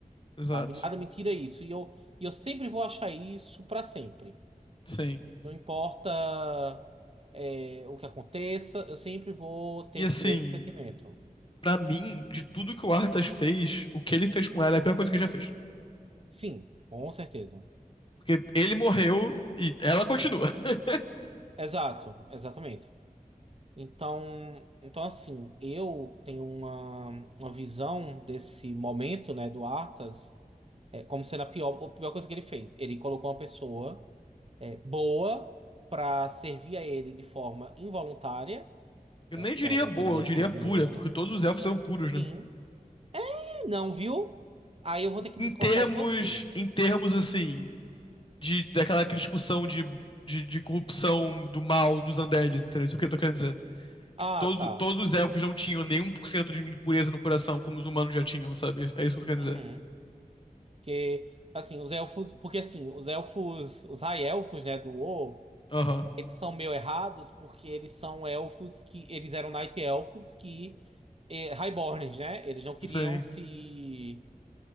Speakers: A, on the left (about 35°); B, on the right (about 45°).
A: Exato.
B: sabe? Nada me tira isso. E eu, e eu sempre vou achar isso para sempre.
A: Sim.
B: Não importa, é, o que aconteça, eu sempre vou ter
A: E
B: esse
A: assim,
B: mesmo sentimento.
A: pra mim, de tudo que o Arthas fez, o que ele fez com ela é a pior coisa que ele já fez.
B: Sim, com certeza.
A: Porque ele morreu e ela continua. <laughs>
B: Exato, exatamente. Então, então assim, eu tenho uma, uma visão desse momento, né, do Arthas, é, como sendo a pior, a pior coisa que ele fez. Ele colocou uma pessoa, é, boa para servir a ele de forma involuntária
A: Eu
B: né?
A: nem
B: Porque
A: diria
B: ela não
A: boa,
B: queria
A: eu diria
B: servir
A: pura,
B: Viena
A: porque todos os elfos são puros, né?
B: Sim. É, Não, viu? Aí eu vou ter que
A: Em
B: discordar
A: termos,
B: de você.
A: em termos assim, de daquela aquela discussão de, de, de corrupção do mal dos undeads, entendeu? Isso é o que eu tô querendo dizer. Tipo,
B: Ah,
A: todos,
B: tá.
A: todos os elfos não tinham nem um por cento de pureza no coração, como os humanos já tinham, sabe? É isso que eu tô querendo
B: Uhum.
A: dizer.
B: Porque, assim, os elfos. Porque, assim, os elfos. Os high-elfos, né, do WoW,
A: Aham.
B: eles são meio errados porque eles são elfos que. Eles eram Night Elfos que. eh, Highborns, né? Eles não queriam
A: Sim,
B: se.